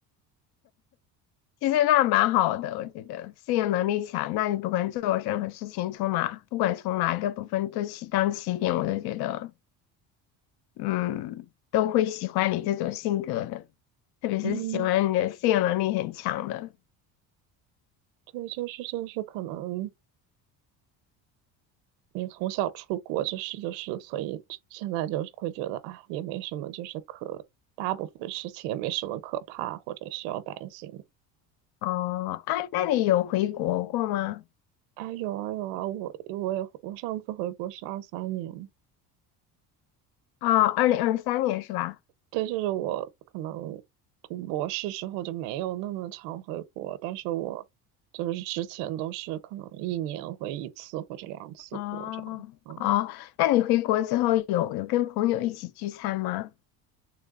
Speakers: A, on the left (about 60°); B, on the right (about 75°).
A: 其实那蛮好的，我觉得适应能力强，那你不管做任何事情，从哪不管从哪一个部分做起当起点，我都觉得嗯都会喜欢你这种性格的，特别是喜欢你的适应能力很强的。
B: <laughs> 嗯，对，就是就是可能你从小出国就是就是，所以现在就是会觉得，哎，也没什么，就是可大部分事情也没什么可怕或者需要担心的。
A: 哦，哎，那你有回国过吗？
B: 哎，有啊有啊，我我也我上次回国是二三年，
A: 啊，二零二三年是吧？
B: 对，就是我可能读博士之后就没有那么常回国，但是我就是之前都是可能一年回一次或者两次国这样的。
A: 哦，
B: 嗯，
A: 哦，那你回国之后有有跟朋友一起聚餐吗？